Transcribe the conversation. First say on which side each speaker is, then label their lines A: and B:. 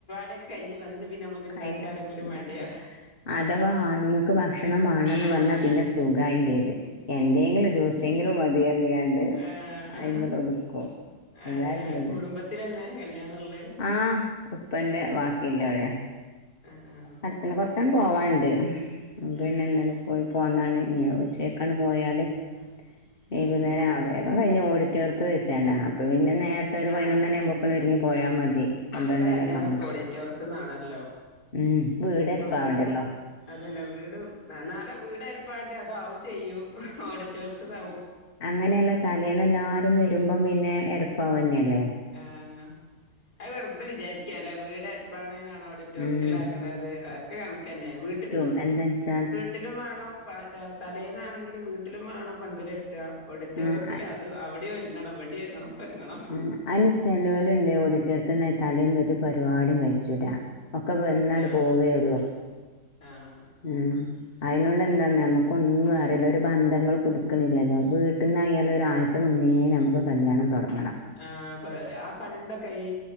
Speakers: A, on the left (about 55°); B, on the left (about 35°).
A: തെക്കെ കയിഞ്ഞ് വന്ന് പിന്നെ നമ്മക്ക് ഇണ്ടാക്കാ
B: കഴിഞ്ഞു വന്നു
A: പറയുമ്പൊരു
B: ഉണ്ടാക്കാൻ
A: മടിയാ
B: മടി. അഥവാ ആണുങ്ങൾക്ക് ഭക്ഷണം മാണന്ന് പറഞ്ഞാ പിന്നെ സുഖായി ചെയ്ത് എന്തെങ്കിലും ജ്യൂസെങ്കിലും മതിയറിഞ്ഞ്ങ്ങാണ്ട്
A: ആ
B: അയിമല് ഒതുക്കും
A: ആ
B: തായില്ലത്
A: കുടുംബത്തിലന്നെ കല്യാണള്ളേ
B: ആഹ് ഉപ്പന്റെ ബാക്കിയില്ലോലെ
A: ആ ആ
B: അടുത്തന്നെ കൊറച്ചാണ്ട് പോവാന്ണ്ട് പിന്നെ
A: ആ
B: ഇന്നലെ പോയി പോന്നാണ് ഇനി ഉച്ചക്കാണ് പോയാല് വൈകുന്നേരം
A: ഉം
B: ആവേ കയിഞ്ഞ് ഓഡിറ്റോറിയത്ത് വെച്ചാണ്ടാ അപ്പൊ പിന്നെ നേരത്തെ ഒരു
A: ആ
B: പയിനൊന്ന് മണിയെക്കാവുമ്പക്ക് ഒരുങ്ങി പോയാ മതി പന്ത്രണ്ടണി
A: ഇപ്പത്തെ കല്യാണൊക്കെ
B: ഒക്കെ ആകുമ്പോക്ക
A: ഓഡിറ്റോറിയത്ത്ന്ന് ആണല്ലോ
B: ഉം വീടരപ്പാവണ്ടല്ലോ
A: ഇപ്പൊ വീട് അതന്നെ വീട് <unintelligible> വീടരിപ്പാണ്ടിയെ അതാവും ചെയ്യും ഓഡിറ്റോറിയത്ത്ന്നാവും
B: അങ്ങനെയല്ലാ തലേന്ന് എല്ലാരും വെരുമ്പം പിന്നെ എരപ്പാവന്നെയല്ലേ
A: ആഹ് അത് വെറുതെ വിചാരിക്കാല്ലേ വീട് എരപ്പാവണേനാണ് ഓഡിറ്റോറിയത്തിലാക്കണേന്ന്
B: ഉം
A: ഒക്കെ കണക്കെന്നെ വീട്ടില്
B: ട്ടും എന്തെൻച്ചാൽ
A: ട്ട്ലും വാണം പ തലേന്നാണെങ്കില് വീട്ടിലും വാണം പന്തലെ ട്ടാ ഓഡിറ്റോറിയത്തിൽ
B: ഉം, അ-
A: അത് അവിടെ ഒരുങ്ങണം ഇവടെ ഒരുങ്ങണം ഒക്കൊരുങ്ങണം
B: ഉം അയ്ന് ചെലോല്ണ്ട് ഓഡിറ്റോറി ത്ത്ന്ന് തലേന്നൊരു പരിപാടിം കയ്ച്ചൂലാ ഒക്കെ വെന്നണ്ട്
A: ആഹ്
B: പോവേള്ളു
A: ആഹ്
B: ഉം അയ്നോടെന്താന്നോ ഞമ്മക്കൊന്നും അറില്ല ഒരു ബന്ധങ്ങൾ പുതുക്ക്ണില്ലല്ലോ വീട്ട് ന്നായാലൊരാഴ് ച്ച മുന്നേ ഞമ്മക്ക് കല്യാണം തൊടങ്ങണം
A: ആഹ് പ് ആ പണ്ടൊക്കെ ഈ